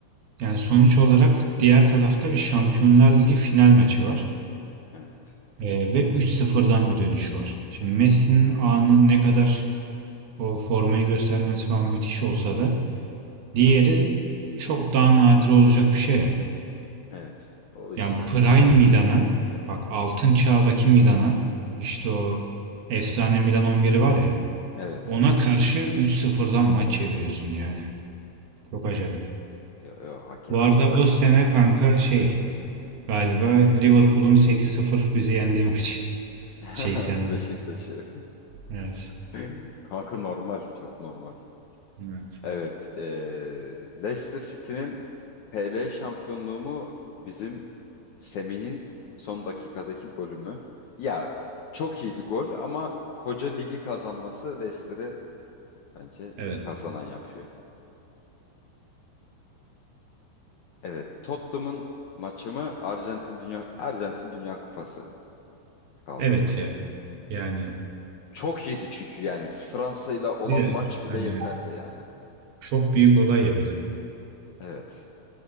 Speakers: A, on the right (about 65°); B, on the left (about 75°).
A: yani sonuç olarak diğer tarafta bir Şampiyonlar Ligi final maçı var.
B: Evet.
A: E, ve üç sıfırdan bir dönüş var. Şimdi Messi'nin anı ne kadar o formayı göstermesi falan müthiş olsa da Diğeri çok daha nadir olacak bir şey ya.
B: Evet. O yüzden
A: Yani Prime Milan'a bak altın çağdaki Milan'a işte o efsane Milan 11'i var ya
B: evet.
A: ona karşı 3-0'dan maç çeviriyorsun yani. Çok acayip.
B: Yo, yo, hak ettiler.
A: Bu arada o sene kanka şey galiba Liverpool'un 8-0 bizi yendiği maç. <laughs>
B: <laughs>
A: Şey sene.
B: Beşiktaş'ı.
A: Evet.
B: <laughs> Kanka normal. Çok normal.
A: Evet.
B: Evet, eee, Leicester City'nin PL şampiyonluğu mu bizim Semih'in son dakikadaki golü mü? Ya çok iyiydi gol ama koca ligi kazanması Leicester'ı bence
A: Evet.
B: kazanan yapıyor. Evet, Tottenham'ın maçı mı Arjantin Dünya Arjantin Dünya Kupası kaldırması.
A: Evet yani. Yani
B: Çok iyiydi çünkü yani Fransa ile olan
A: bir de
B: maç bile
A: hani
B: yeterdi yani.
A: çok büyük olay ya bir de.
B: Evet,